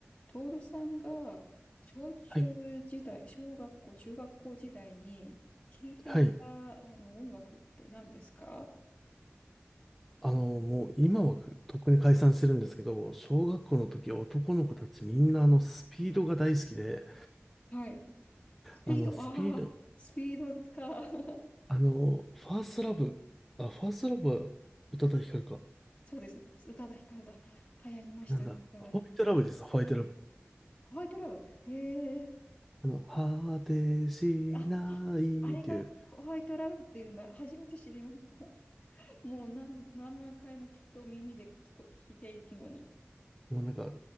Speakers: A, on the left (about 30°); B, in the centre.
A: トールさんが小中時代、
B: はい。
A: 小学校、中学校時代に聴いていたあの音楽って何ですか
B: はい。あの、もう今はとっくに解散してるんですけど、小学校の時男の子たちみんなあのスピードが大好きで、
A: はい。スピード、
B: あのスピード、
A: ああ、スピードですか。<laughs>
B: あの、ファーストラブ、あ、ファーストラブは宇多田ヒカルか。
A: そうですね。宇多田ヒカルだ。流行りましたね、
B: なんだ、
A: 宇多田ヒカルも。
B: ホワイトラブです、ホワイトラブ。
A: ホワイトラブ。へえ。
B: あの、果てしないっていう、
A: あ、あ、あれがホワイトラブっていうんだ。初めて知りました。<laughs> もう何、何万回もきっと耳で聞こ、聞いているのに。
B: もうなんか、